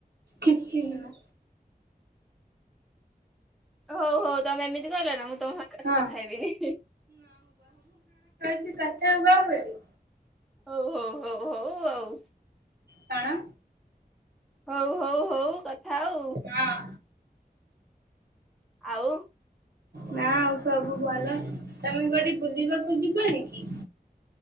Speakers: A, on the right (about 75°); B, in the centre.
A: କିଛି ନା
B: ହଉ ହଉ ତମେ ଏମିତି କହିଲ ନା ମୁଁ ତମଙ୍କ
A: ହଁ।
B: ସହ କଥା ହେବିନି
A: ଛି କଥା ହୁଅ ବୋଲି
B: ହଉ ହଉ ହଉ ହଉ ଆଉ
A: କଣ?
B: ହଉ ହଉ ହଉ କଥା ଆଉ
A: ହଁ।
B: ଆଉ।
A: ନା ଆଉ ସବୁ ଭଲ ତମେ କୋଉଠି ବୁଲିବାକୁ ଯିବନି କି?